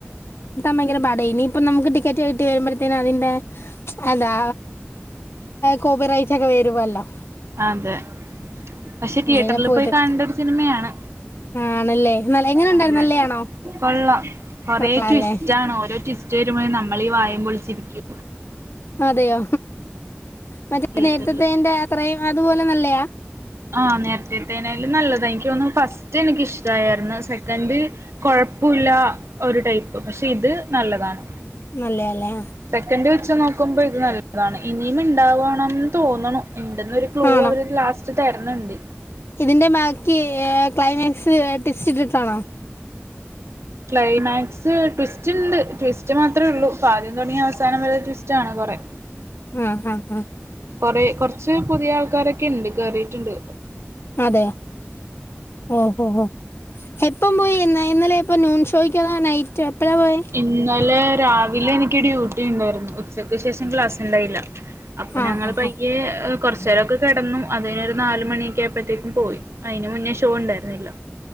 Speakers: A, on the left; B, on the right.
A: ഭയങ്കരപാടയിനി ഇപ്പ നമുക് ടി ടിക്കറ്റ് കിട്ടി വരുമ്പോഴത്തേക്ക് അതിന്റെ എന്താ കോപ്പി റൈറ്റ് ഒക്കെ വരുവല്ലോ
B: അതെ പക്ഷെ തിയേറ്ററിൽ
A: അങ്ങനെ പോയിട്ട്
B: പോയി കാണേണ്ട ഒരു സിനിമയാണ്
A: ആണല്ലേ നല്ല എങ്ങനെ ഉണ്ടായിരുന്നു
B: അതെ
A: നല്ലയാണോ
B: കൊള്ളാം കൊറേ
A: കൊള്ളാല്ലേ
B: ട്വിസ്റ്റ് ആണ് ഓരോ ട്വിസ് റ്റ് വരുമ്പോയു നമ്മള് ഈ വായേം പൊളിച്ചിരിക്കു
A: അതെയോ മറ്റേ
B: തിയേറ്ററില്
A: നേരത്തെതേന്റെ അത്രയും അതുപോലെ നല്ലയാ
B: ആഹ നേരത്തെത്തേനായാലും നല്ലതാണ് എനിക്ക് തോന്നുന്നു ഫസ്റ്റ് എനിക്ക് ഇഷ്ടമായിരുന്നു സെക്കൻഡ് കൊഴപ്പില്ല ഒരു ടൈപ്പ് പക്ഷെ ഇത് നല്ലതാണ്
A: നല്ലെയാ അല്ലേ
B: സെക്കൻഡ് വെച്ച നോ നക്കുമ്പോ ഇത് നല്ലതാണ് ഇനിയും ഉണ്ടാവണംന്ന് തോന്നണ് ഇണ്ടന്നരു ക്ലൂ
A: ആണോ
B: അവര് ലാസ്റ്റ് തരന്നുണ്ട്
A: ഇതിന്റെ ബാക്കി ക്ലൈമാക്സ് ടിസ്റ്റ് ഇട്ടിട്ടാണോ
B: ക്ലൈമാക്സ് ട്വിസ്റ്റ് ഉണ്ട് ട്വിസ്റ്റ് മാത്രമേ ഉള്ളൂ ആദ്യം തുടങ്ങിയ അവസാനം വരെടുസ്റ്റ് <unintelligible> ച്ചാണെന്ന് പറയും
A: ആഹ് ആഹ് ആഹ്
B: കൊറെ കൊർച്ച് പുതിയ ആൾ- കാരെക്കെണ്ട് കേറിട്ട്ണ്ട്
A: അതെ ഓഹോ ഹോ എപ്പം പോയി എന്നാ ഇന്നലെയെപ്പം നൂൺ ശ് - <unintelligible> നൈറ്റ് എപ്പഴാ പോയെ
B: ഇന്നലെ രാവിലെ എനിക്ക് ഡ്യൂട്ടി ഉണ്ടായിരുന്നു ഉച്ചക്ക് ശേഷം ക്ലാസ്ണ്ടായില്ല അപ്പൊ
A: ആഹ്
B: ഞങ്ങള്
A: ആഹ്
B: ബയ്യേ
A: ആഹ്
B: <unintelligible> കുറചെരൊക്കെ കെടന്നു അതിനൊരു നാല് മണിക്കെ ആയപ്പോഴത്തേക്കും പോയി അതിന് മുന്നേ ഷോ ഉണ്ടായിരുന്നില്ല